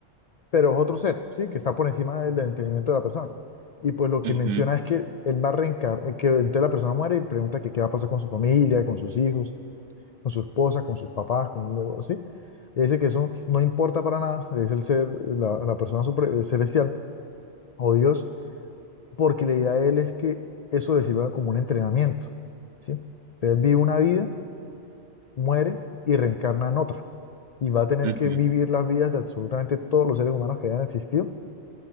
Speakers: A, on the left; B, on the right.
A: pero es otro ser, ¿sí? Que está por encima del, del entendimiento de la persona. Y pues lo que
B: Ujú,
A: menciona es que él va a reencarnar, que entonces la persona muere y pregunta que qué va a pasar con su familia, con sus hijos, con su esposa, con sus papás, con lo así. Y Dice que eso no importa para nada, es el ser, la, la persona supre- celestial o Dios porque la idea de él es que eso le sirva como un entrenamiento, ¿sí? Entonces él vive una vida, muere y reencarna en otra. Y va a tener
B: ujú,
A: que
B: ujú,
A: vivir las vidas de absolutamente todos los seres humanos que hayan existido